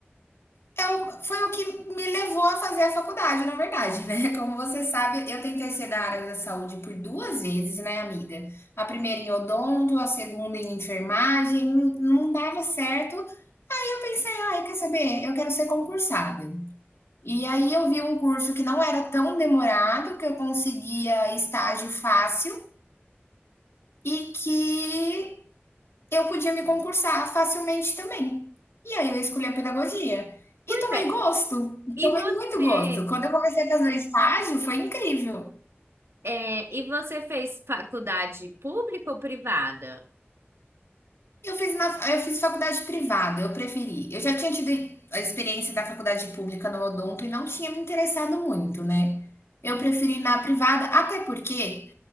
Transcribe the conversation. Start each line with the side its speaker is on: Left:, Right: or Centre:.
Left: É o- foi o que me levou a fazer a faculdade, na verdade, né? <laughs> Como você sabe, eu tentei ser da área da saúde por duas vezes, né, amiga? A primeira em odonto, a segunda em enfermagem, não não dava certo. E eu pensei, ai, quer saber? Eu quero ser concursada. E aí eu vi um curso que não era tão demorado, que eu conseguia estágio fácil e que eu podia me concursar facilmente também. E aí eu escolhi a pedagogia.
Right: Pois
Left: E tomei
Right: é.
Left: gosto,
Right: E
Left: tomei
Right: você?
Left: muito gosto. Quando eu comecei a fazer o estágio, foi incrível.
Right: É, e você fez faculdade pública ou privada?
Left: Eu fiz, na, eu fiz faculdade privada, eu preferi. Eu já tinha tido a experiência da faculdade pública no Odonto e não tinha me interessado muito, né? Eu preferi ir na privada, até porque